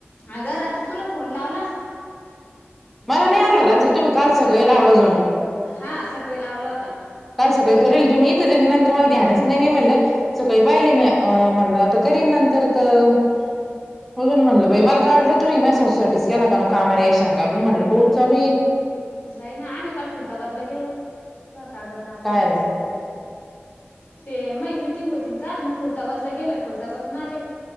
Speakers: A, on the left; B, in the centre.
A: अगं रात्री तुला फोन लावला.
B: मला
A: तुला
B: नाही
A: उचल
B: आला रात्री तुम्ही काल सकाळी लावला जणू
A: हा सकाळी लावला होता.
B: काल सकाळी करेल तुम्ही तर त्याच्यानंतर मला ध्यानच नाही. मी म्हणलं सकाळी पाहिल्या म्या अ म्हणलं आता करीन नंतर तर अजून म्हटलं बाई मला काय वाटलं तुम्ही माझ्या सासू साठीचं केला का अनु कामाला हे सांगा पण म्हणलं पाऊस चालु ये.
A: नाही ना आम्ही काल खुलताबादला गेलो तो कागद नाव काढून
B: काय आला
A: तू <unintelligible> करत. ते मायी मीटिंग होती काल मग खुलताबादला गेले खुलताबादहून आले